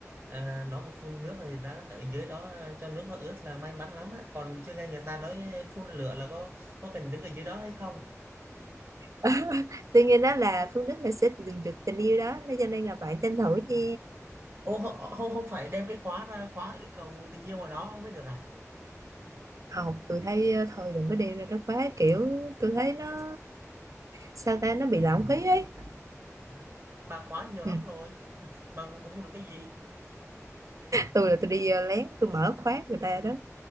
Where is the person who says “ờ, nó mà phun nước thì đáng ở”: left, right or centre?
Right